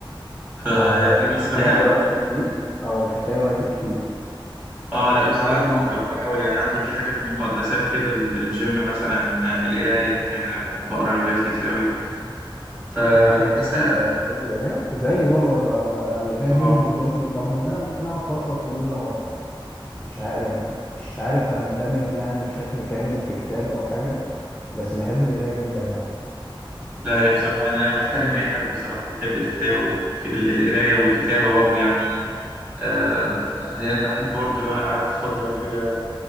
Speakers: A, on the right (about 20°); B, on the left (about 15°).
A: فيعني
B: اه يعني مش
A: بس
B: بتلاقي
A: بحاول
B: وقت كتير اه مش بتلاقي وقت كتير
A: اه لا بس على قد ما اقدر بحاول يعني عندي في حاجات مقدسات كده ال- الجيم مثلا القرايه يعني انا بحب اقرا روايات كتير قوي فبحسها
B: بتحب بتحب القراية زي برضه ب- القراية
A: اه
B: دي بالنسبة لي رغم ان انا ممكن اقعد فترة طويلة مش عارف يعني مش عارف اندمج يعني بشكل كامل في كتاب او حاجة بس بحب القراية جدا يعني
A: لا هي بصراحه يعني انا بحترم اي حد بصراحه بيحب الكتاب والقرايه والكتابه برضه يعني آه، يعني بحب برضه لو انا قعدت فاضي ولا حاجه